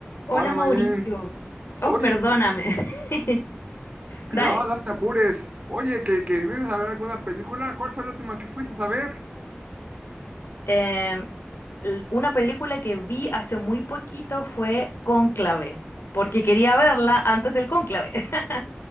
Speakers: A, on the left; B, on the right.
A: Hola
B: Hola,
A: Mauricio.
B: Maylene.
A: Oh,
B: Oye,
A: perdóname. <laughs>
B: no,
A: Dale.
B: no te apures. Oye, ¿que, que fuiste a ver alguna película? ¿Cuál fue la última que fuiste a ver?
A: Em, l- una película que vi hace muy poquito fue Cónclave, porque quería verla antes del cónclave. <laughs>